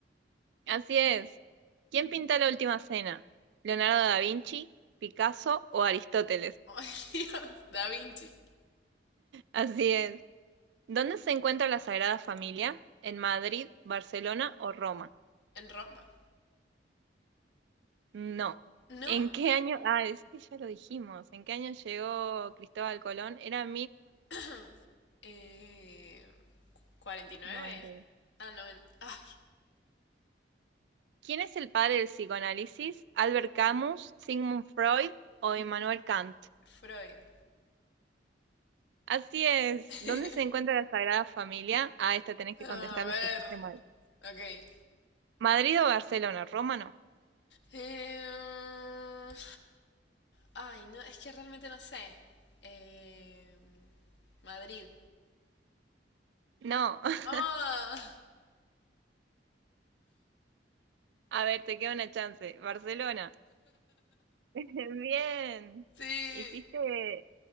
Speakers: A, on the right; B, on the left.
A: Así es. ¿Quién pinta la última cena? ¿Leonardo da Vinci, Picasso o Aristóteles?
B: Ay, <laughs> Dios. Da Vinci.
A: Así es. ¿Dónde se encuentra la Sagrada Familia? ¿En Madrid, Barcelona o Roma?
B: En Roma.
A: No.
B: ¿No?
A: ¿En qué año? Ah, este ya lo dijimos. ¿En qué año llegó Cristóbal Colón? Era
B: <clears throat> Eh, cu- 49.
A: 1490.
B: Ah, 90. Ay,
A: ¿Quién es el padre del psicoanálisis? ¿Albert Camus, Sigmund Freud o Immanuel Kant?
B: Freud.
A: Así es.
B: <laughs>
A: ¿Dónde se encuentra la Sagrada Familia? Ah, esta tenés que
B: A
A: contestar las
B: ver.
A: que hiciste mal.
B: Ok.
A: ¿Madrid o Barcelona? ¿Roma no?
B: Em, ay, no, es que realmente no sé. Em, Madrid.
A: No.
B: Ah,
A: <laughs> A ver, te queda una chance. Barcelona. <laughs> Bien.
B: sí.
A: Hiciste